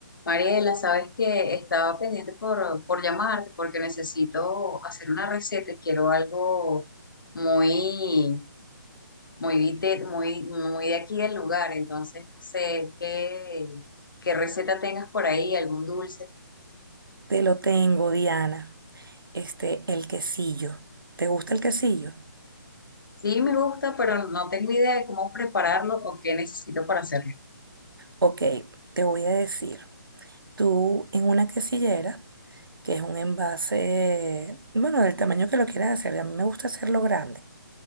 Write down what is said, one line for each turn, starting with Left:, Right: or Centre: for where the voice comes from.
Left: Mariela, sabes que estaba pendiente por, por llamarte porque necesito hacer una receta y quiero algo muy, muy, vite- muy, muy de aquí del lugar. Entonces, no sé qué, qué receta tengas por ahí, algún dulce.
Right: Te lo tengo, Diana. Este, el quesillo. ¿Te gusta el quesillo?
Left: Sí, me gusta, pero no tengo idea de cómo prepararlo o qué necesito para hacerlo.
Right: Ok, te voy a decir. Tú en una quesillera, que es un envase, bueno, del tamaño que lo quieras hacer, a mí me gusta hacerlo grande.